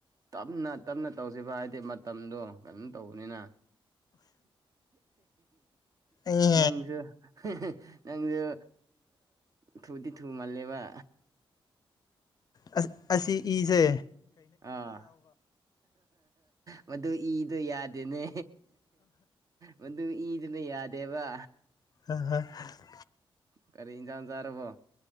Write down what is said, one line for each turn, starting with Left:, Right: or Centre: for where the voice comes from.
Right: ꯇꯞꯅ ꯇꯞꯅ ꯇꯧꯁꯤꯕ ꯍꯥꯏꯗꯤ ꯃꯇꯝꯗꯣ ꯀꯩꯅꯣꯝ ꯇꯧꯕꯅꯤꯅ
Left: ꯑꯦ
Right: ꯅꯪꯁꯨ <unintelligible> ꯅꯪꯁꯨ ꯊꯧꯗꯤ ꯊꯨꯃꯜꯂꯦꯕ
Left: ꯑꯁ ꯑꯁꯤ ꯏꯖꯦ
Right: ꯑꯥ ꯃꯗꯨ ꯏꯗꯣ ꯌꯥꯗꯦꯅꯦ ꯃꯗꯨ ꯏꯗꯨꯅ ꯌꯥꯗꯦꯕ
Left: <unintelligible>
Right: ꯀꯔꯤ ꯏꯟꯖꯥꯡ ꯆꯥꯔꯕꯣ